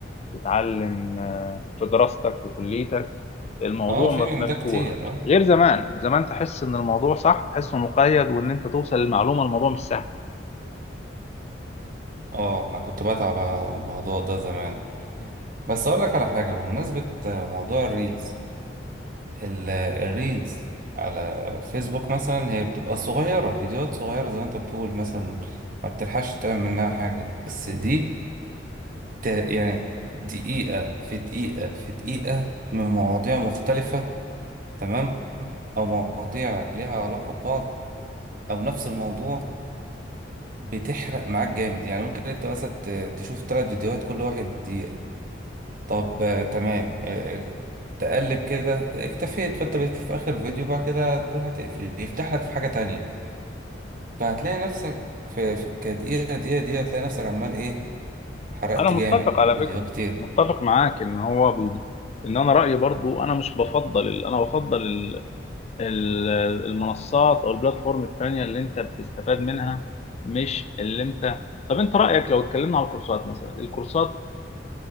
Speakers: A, on the left (about 35°); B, on the right (about 50°).
A: تتعلم آه، في دراستك في كليتك الموضوع
B: اه في
A: م-
B: من
A: مفتوح
B: ده كتير اه
A: غير زمان زمان تحس إن الموضوع صح تحسه مقيد وإن أنت توصل للمعلومة الموضوع مش سهل
B: اه انا كنت بتعب على الموضوع ده زمان بس اقول لك على حاجة بمناسبة آه، موضوع الريلز ال- الريلز على فيسبوك مثلا هي بتبقى صغيرة فيديوهات صغيرة زي ما انت بتقول مثلا ما بتلحقش تعمل منها حاجة بس دي ت- يعني دقيقة في دقيقة في دقيقة من مواضيع مختلفة تمام او مواضيع ليها علاقة ببعض او نفس الموضوع بتحرق معاك جامد يعني ممكن انت بس ت- تشوف ثلاث فيديوهات كل واحد دقيقة طب آه، تمام آه، تقلب كده اكتفيت فانت بتشوف اخر فيديو بعد كده تقول هتقفل يفتح لك في حاجة تانية فهتلاقي نفسك في في- كدقيقة دقيقة دقيقة هتلاقي نفسك عمال ايه حرقت
A: انا متفق
B: جامد
A: على
B: فيديوهات
A: فكره
B: كتيرة
A: متفق معاك ان هو بي... ان انا رايي برضو انا مش بفضل ال... انا بفضل ال... ال... المنصات او البلاتفورم التانية اللي انت بتستفاد منها مش اللي انت طب انت رايك لو اتكلمنا على الكورسات مثلا الكورسات